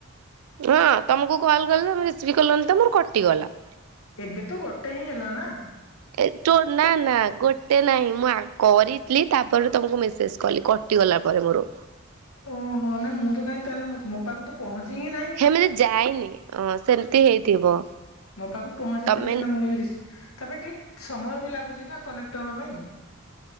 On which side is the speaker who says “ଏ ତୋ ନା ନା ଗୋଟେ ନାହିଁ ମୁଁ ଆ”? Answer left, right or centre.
Right